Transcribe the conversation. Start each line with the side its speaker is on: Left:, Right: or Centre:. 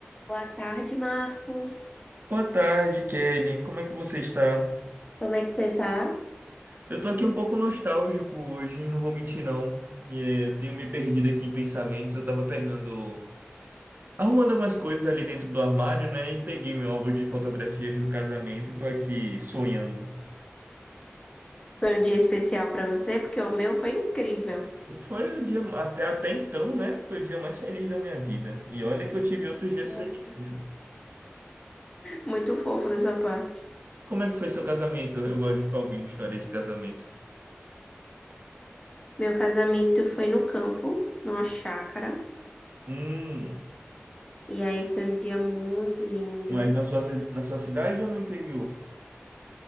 Left: Boa tarde, Marcos.
Right: Boa tarde, Kelly. Como é que você está?
Left: Como é que você tá?
Right: Eu tô aqui um pouco nostálgico hoje, não vou mentir não. E eh, eu tenho me perdido aqui em pensamentos. Eu tava pegando, arrumando algumas coisas ali dentro do armário, né? E peguei meu álbum de fotografias do casamento e tô aqui sonhando.
Left: Foi um dia especial pra você, porque o meu foi incrível.
Right: Foi o dia até até então, né? Foi o dia mais feliz da minha vida. E olha que eu tive outros dias
Left: Bom,
Right: felizes, viu?
Left: Muito fofo da sua parte.
Right: Como é que foi seu casamento? Eu gosto de ficar ouvindo histórias de casamento.
Left: Meu casamento foi no campo, numa chácara,
Right: Hum,
Left: e aí foi um dia muito lindo.
Right: mas na sua, ci- na sua cidade ou no interior?